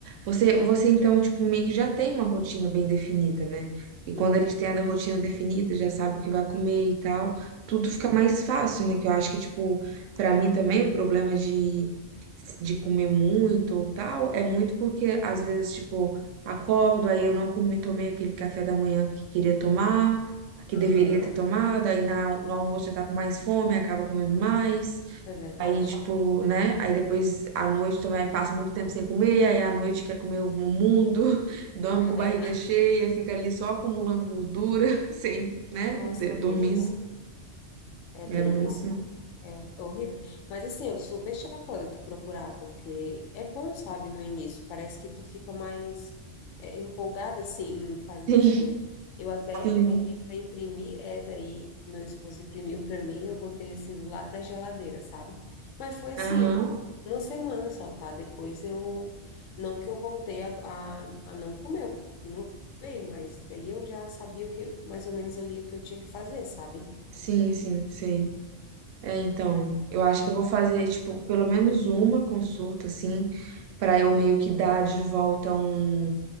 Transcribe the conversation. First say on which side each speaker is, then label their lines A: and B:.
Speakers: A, on the right; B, on the left.
A: Você, você então, tipo, meio que já tem uma rotina bem definida, né?
B: sim.
A: E quando a gente tem a rotina definida, já sabe o que vai comer e tal, tudo
B: Uhum.
A: fica mais fácil, né? Que eu acho que, tipo, pra mim também o problema de, de comer muito ou tal é muito porque, às vezes, tipo, acordo, aí eu não comi, tomei aquele café da manhã que queria tomar, que
B: Aham,
A: deveria ter tomado, aí na, no almoço já tá com mais fome, acaba comendo mais.
B: é verdade.
A: Aí, tipo, né? Aí depois
B: Uhum.
A: à noite também passa muito tempo sem comer, aí à noite quer comer o mundo, <laughs> dorme
B: É
A: com
B: verdade.
A: barriga cheia, fica ali só acumulando gordura, <laughs> sem, né?
B: Nossa,
A: de- dormindo.
B: bem isso. É bem
A: É muito.
B: isso. É horrível. Mas assim, eu super te apoio tu procurar, porque é bom, sabe, no início. Parece que tu fica mais é, empolgada, assim, em fazer
A: Sim,
B: as coisas. Eu até
A: sim.
B: pedi para imprimir, é, daí meu esposo imprimiu para mim, eu botei assim do lado da geladeira, sabe? Mas foi assim,
A: Aham.
B: uma semana só, tá? Depois eu. Não que eu voltei a, a, a não comer, eu continuei, mas daí eu já sabia o que, mais ou menos ali o que eu tinha que fazer, sabe?
A: Sim, sim, sim. É, então, eu acho que eu vou fazer, tipo, pelo menos uma consulta, assim, pra eu meio que dar de volta um